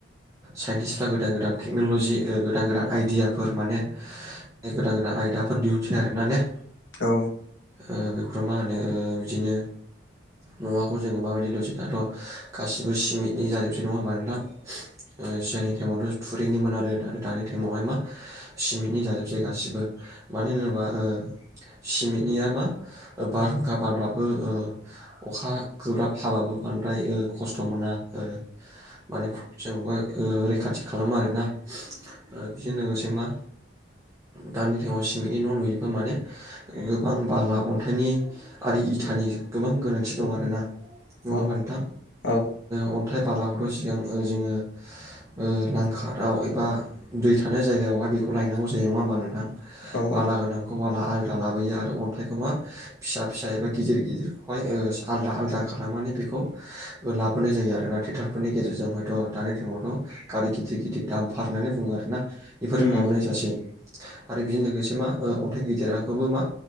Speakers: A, on the right; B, on the left.
A: साइन्टिसफ्रा गोदान गोदान टेक्न'ल'जि ओ गोदान गोदान आइदियाफोर माने गोदान गोदान आयदाफोर दिहुनसै आरोना ने।
B: औ।
A: ओ बेखौथ' मा होनो ओ बिदिनो न'आखौ जोङो माबादि लुसै दाथ' गासिबो सिमिटनि जाजोबसै नङा होमबा नोंथां? ओ सिगांनि टाइमावथ' थुरैनिमोन आरो आरो दानि टाइमावहाय मा सिमिटनि जाजोबसै गासिबो। मानो होनोबा ओ सिमिदनिया मा? बारहुंखा बारब्लाबो ओ अखा गोब्राब हाबाबो बांद्राय ओ खस्थ' मोना ओ माने जों अहाय ओ रैखाथि खालामो आरोना। ओ बिजों लोगोसे मा दानि टाइमाव सिमिटनि न' लुयोबा माने गोबां बाला अन्थाइनि आरो इथानि गोबां गोनांथि दं आरोना। नङा
B: औ
A: होमबा नोंथां?
B: औ
A: ओ अ थाइ बालाखौथ' सिगां ओ जोङो ओ लांखाराव एबा दै थानाय जायगायावहाय बेखौ लायनांगौ जायो, नङा होमबा नोंथां?
B: औ
A: बाला गोनांखौ बाला आल दा लाबोयो आरो अन्थाइखौ मा फिसा फिसा एबा गिदिर गिदिरखौहाय ओ आलदा आलदा खालामनानै बेखौ लाबोनाय जायो आरोना। ट्रेक्टरफोरनि गेजेरजों हयथ' दानि टाइमावथ' गारि गिदिर गिदिद दामफार होननानै बुङो आरोना इफोरजों
B: उम
A: लाबोनाय जासै। आरो बेजों लोगोसे मा ओ अन्थाइ गेदेराखोबो मा